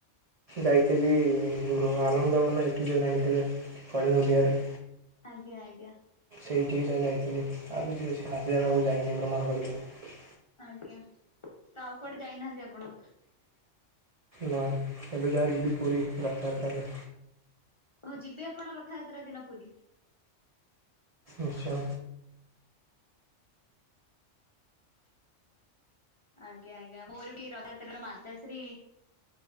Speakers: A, on the right; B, on the left.
A: ଯାଇଥିଲି ଆନନ୍ଦବନ ଏଠି ଯ ଜାଣିଥିଲେ କଳିଙ୍ଗ ବିହାରରେ
B: ଆଜ୍ଞା ଆଜ୍ଞା।
A: ସେଇଠି ବି ଯାହା ଯାଇଥିଲି ଆଉ କିଛି ବେଶୀ ଖାସ୍ ଜାଗାକୁ ଯାଇନି ଆମର ମନ ପଡ଼ିବନି।
B: ଆଜ୍ଞା ତ ଆଉ କୁଆଡେ ଯାଇନାହାନ୍ତି ଆପଣ?
A: ନା ଏବେ ଯା ଯିବି ପୁରୀ ରଥଯାତ୍ରାରେ।
B: ହଉ ଯିବେ ଆପଣ ରଥଯାତ୍ରା ଦିନ ପୁରୀ।
A: ଆଚ୍ଛା।
B: ଆଜ୍ଞା ଆଜ୍ଞା ମୋର ବି <unintelligible> ମାତାଶ୍ରୀ।